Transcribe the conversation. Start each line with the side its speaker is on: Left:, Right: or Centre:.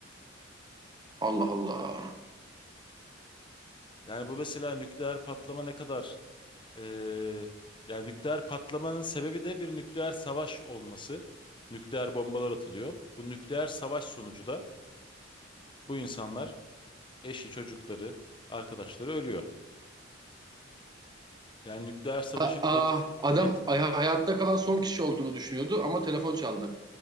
Right: Allah Allah.
Left: Yani bu mesela nükleer patlama ne kadar e, yani nükleer patlamanın sebebi de bir nükleer savaş olması. Nükleer bombalar atılıyor. Bu nükleer savaş sonucu da Bu insanlar eşi, çocukları, arkadaşları ölüyor. Yani nükleer savaşın
Right: Ha- Aa,
Left: etki...
Right: adam
Left: Et...
Right: ay- hayatta kalan son kişi olduğunu düşünüyordu ama telefon çaldı.